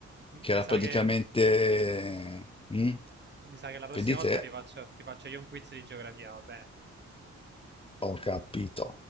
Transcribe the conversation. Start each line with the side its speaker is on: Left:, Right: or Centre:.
Right: M-
Left: che
Right: mi
Left: era
Right: sa
Left: praticamente...
Right: che,
Left: mm,
Right: mi sa che la prossima
Left: vedi
Right: volta
Left: te,
Right: ti faccio, ti faccio io un quiz di geografia, va bene?
Left: ho capito.